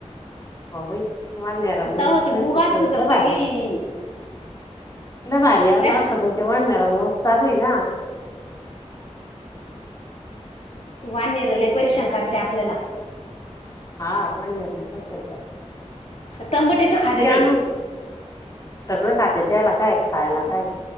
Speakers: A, on the left (about 30°); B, on the left (about 60°).
A: होव बाई वाण्यार मूळच,
B: तवा ते
A: नाहीतर
B: मूग
A: त्याचं
B: असत तर
A: लय भारी
B: लगी
A: असतं. लय भारी् आलं
B: लेका
A: असंत पण ते वाण्यारा हो चालू ना.
B: वन्यार
A: हम्म.
B: लय परिशान करते आपल्याला.
A: हा वन्यार लय परिशान करत्यात.
B: तंबटे तर खाते
A: यान
B: ते
A: सगळं खाते यायला काय खायला काय.